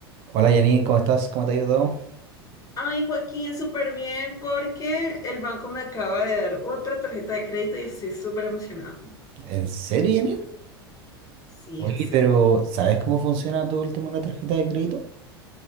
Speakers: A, on the right; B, on the left.
A: Hola Janine, ¿cómo estás? ¿Cómo te ha ido todo?
B: Ay, Joaquín, súper bien porque el banco me acaba de dar otra tarjeta de crédito y estoy súper emocionado.
A: ¿En serio, Janine?
B: Sí,
A: Oye,
B: en serio.
A: pero ¿sabes cómo funciona todo el tema de la tarjeta de crédito?